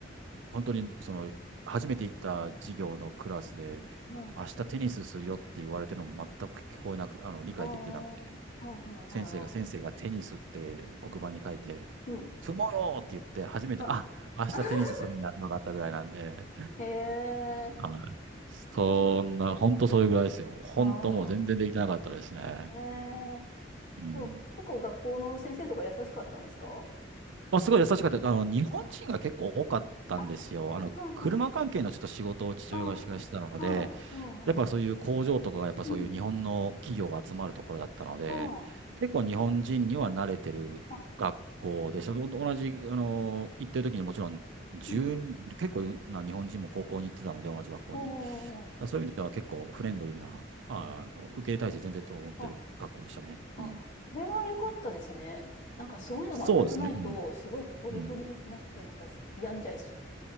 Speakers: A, on the right; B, on the left.
A: 本当に、
B: い。うん。
A: その、初めて行った授業のクラスで、
B: はい。
A: 明日テニスするよって言われてるのも全く聞こえなく、あの、理解できてなくて、
B: ああ、はい、はい、はい、
A: 先生が、
B: は
A: 先生がテニスって黒板に書いて、
B: い。うん。
A: トゥモローって言って、初めて、
B: はい。
A: あ、明日テニスするんだって分かったぐらいなんで、
B: <laughs> ええ。
A: はいそんな、
B: はい。
A: 本当それぐらいですよ。本当もう全然できてなかったですね。
B: ああ。ええ。
A: うん
B: でも結構学校の先生とか優しかったんですか
A: あ、すごい優しかった。あの、日本人が結構多かったんですよ。
B: ああ、はい、はい、
A: あの、車関係のちょっと仕事を父親がしてたので、
B: はい。あ、はい、はい、はい。
A: やっぱそういう工場とかが、やっぱそういう日本の企業が集まるところだったので、
B: うん。あ
A: 結構日本人には慣れてる学校で、
B: あ、あ、
A: その同じ、あの、行ってる時にもちろん、1
B: うん。
A: 結構な日本人も高校に行ってたので、同じ学校に。
B: おー、
A: だからそういう意味では結構フレンドリーな、あの、受け入れ体制全然整ってる学校でしたね。
B: あ、あ、
A: うん。
B: それは良かったですね。なんかそういうの全くないと、
A: そうですね。うん
B: すごい孤独になって、
A: うん。
B: なんか病んじゃいそ